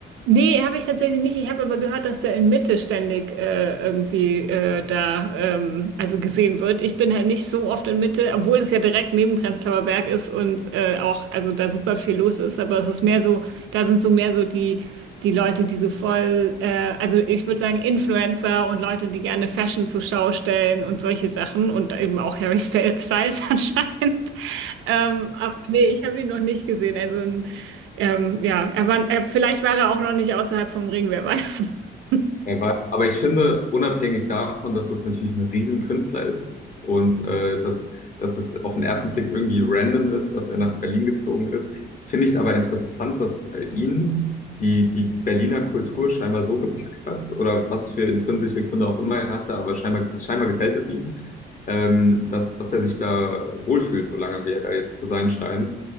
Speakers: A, on the right; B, on the left.
A: Nee, habe ich tatsächlich nicht. Ich habe aber gehört, dass der in Mitte ständig äh, irgendwie äh, da ähm, also gesehen wird. Ich bin halt nicht so oft in Mitte, obwohl es ja direkt neben Prenzlauer Berg ist und äh, auch also da super viel los ist. Aber es ist mehr so, da sind so mehr so die die Leute, die so voll, äh, also ich würde sagen Influencer und Leute, die gerne Fashion zur Schau stellen und solche Sachen und eben auch Harry Styles <laughs> anscheinend. Ähm, aber nee, ich habe ihn noch nicht gesehen. Also ähm, ja, er war, er, vielleicht war er auch noch nicht außerhalb vom Ring, wer weiß. <laughs>
B: Er weiß. Aber ich finde, unabhängig davon, dass das natürlich ein Riesenkünstler ist und äh, dass, dass es auf den ersten Blick irgendwie random ist, dass er nach Berlin gezogen ist, finde ich es aber interessant, dass äh, ihn die, die Berliner Kultur scheinbar so gepackt hat oder was für intrinsische Gründe auch immer er hatte, aber scheinbar, scheinbar gefällt es ihm, ähm, dass, dass er sich da wohlfühlt, solange wie er da jetzt zu sein scheint.